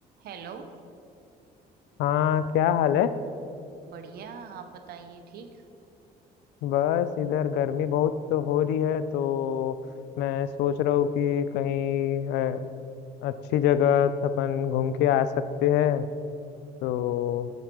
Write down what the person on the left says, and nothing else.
हाँ क्या हाल है
बस इधर गर्मी बहुत तो हो रही है तो मैं सोच रहा हूँ कि कहीं अ, अच्छी जगह अपन घूम के आ सकते हैं तो